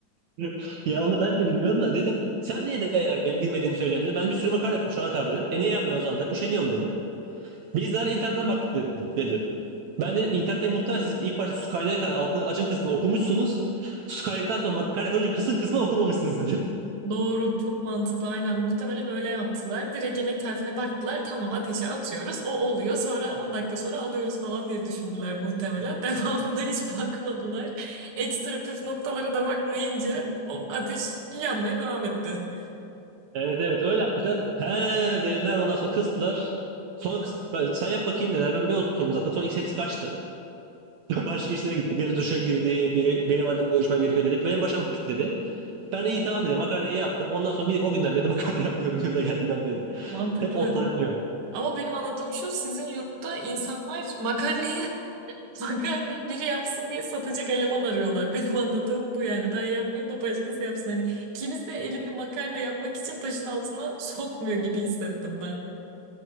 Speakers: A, on the right; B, on the right.
A: <laughs> Ya onu ben de bilmiyorum da dedim. Sen niye dayanarak benim bilmediğimi söylüyorsun dedim. Ben bir sürü makale yaptım şu ana kadar dedim. E niye yapmıyorsun o zaman dedi. Üşeniyorum dedim. Bizler internetten baktık dedim dedi. Ben dedim internetten muhtemelen siz ilk başta su kaynağına kadar altını açın kısmını okumuşsunuz. Su kaynadıktan sonra makale koyunca kısın kısmını okumamışsınız dedim.
B: Doğru, çok mantıklı. Aynen muhtemelen öyle yaptılar. Direkt yemek tarifine baktılar. Tamam ateşe atıyoruz. O oluyor. Sonra 10 dakika sonra alıyoruz falan diye düşündüler muhtemelen. <laughs> Devamında hiç bakmadılar. Ekstra püf noktalara da bakmayınca o ateş yanmaya devam etti.
A: Evet evet öyle yapmışlar. He dediler ondan sonra kıstılar. Sonra kıs ben- sen yap bakayım dediler. Ben bir oturdum zaten. Sonra hepsi kaçtı. <laughs> Başka işlere gitti. Biri duşa girdi. Biri benim annemle görüşmem gerekiyor dedi. Benim başım gitti dedi. Ben iyi tamam dedim. Makarnayı yaptım. Ondan sonra bir o günden beri de <laughs> makarna yapmıyorum yurda geldiğimden beri.
B: Mantıklı.
A: Hep otlanıyorum.
B: Ama benim anladığım şu sizin yurtta insanlar makarnayı <laughs> makarnayı biri yapsın diye satacak eleman arıyorlar. Benim anladığım bu yani. Ben yapmayayım da başkası yapsın. Hani kimse elini makarna yapmak için taşın altına sokmuyor gibi hissettim ben.